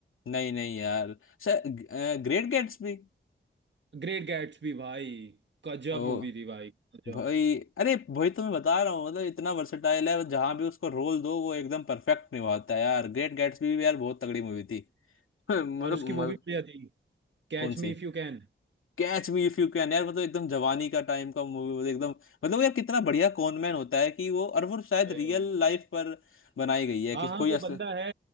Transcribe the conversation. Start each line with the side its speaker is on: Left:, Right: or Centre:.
Left: नहीं नहीं यार ग्रेट गेट्स भी
Right: ग्रेट गैट्सबी भाई गजब
Left: ओ
Right: मूवी थी भाई गजब
Left: भाई अरे भाई तो मैं बता रहा हूँ मतलब इतना वर्सेटाइल है जहां भी उसको रोल दो वो एकदम परफेक्ट निभाता है यार ग्रेट गैट्सबी भी यार बहुत तगड़ी मूवी थी <laughs> मतलब
Right: और उसकी वो
Left: मतलब
Right: भी बढ़िया थी catch
Left: कौन
Right: me
Left: सी
Right: if you can
Left: Catch me if you can यार मतलब एकदम जवानी का टाइम का मूवी मतलब एकदम मतलब यार कितना बढ़िया कॉनमैन होता है कि वो और वो शायद
Right: सही
Left: रियल
Right: बात
Left: लाइफ
Right: है।
Left: पर बनाई गई है
Right: हाँ
Left: कि कोई
Right: हाँ वो
Left: अस,
Right: बंदा है